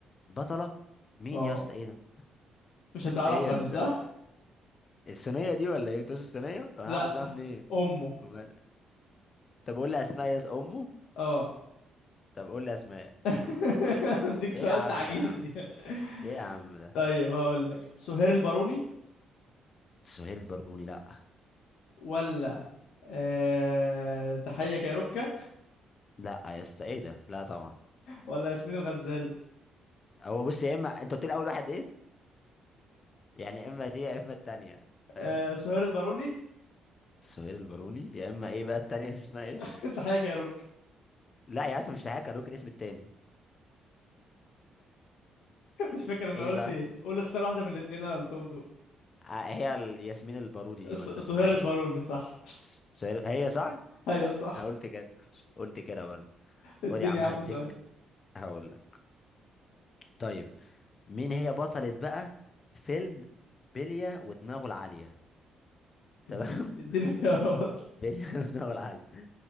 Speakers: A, on the left; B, on the left.
A: بطلة مين
B: اه
A: يا اسطى ايه ده
B: مش هتعرفها
A: ايه يا
B: دي
A: اسطى
B: صح
A: ده؟ الصينيه دي ولا ايه توس الصينيه طب انا
B: لا
A: عارف اسمها منين
B: امه
A: امال طب قول لي اسماء يا اس- امه
B: اه
A: طب قول لي اسماء
B: <laughs> اديك سؤال
A: ايه يا عم
B: تعجيزي
A: ده يا عم
B: <laughs>
A: ايه يا عم ده
B: طيب هقول لك سهير الباروني
A: سهير الباروني لا
B: ولا أه... تحية كايروكا
A: لا يا اسطى ايه ده لا طبعا
B: ولا ياسمين الغزال
A: هو بص يا اما انت قلت لي اول واحد ايه يعني يا اما دي يا اما التانيه فاهم
B: أه... سهير الباروني
A: سهير الباروني يا اما ايه بقى التانيه <laughs> دي اسمها ايه
B: <laughs> تحية كايروكا
A: لا يا اسطى مش هحكي هدوك الاسم التاني
B: مش
A: بس
B: فاكر انا
A: ايه
B: قلت
A: بقى
B: ايه قول اختار واحدة من الاتنين اللي انا قلتهم دول
A: آه، هي الياسمين البارودي دي
B: س...
A: ولا
B: سهير
A: اسمها ايه
B: الباروني صح
A: سير... هي صح
B: <laughs> ايوه صح
A: انا قلت كده قلت كده برضه
B: اديني
A: خد يا عم
B: يا عم
A: هديك
B: سؤال
A: هقول لك طيب مين هي بطلة بقى فيلم بلية ودماغه العالية تمام
B: اديني اديني خيارات <laughs>
A: <laughs> بلية ودماغه العالية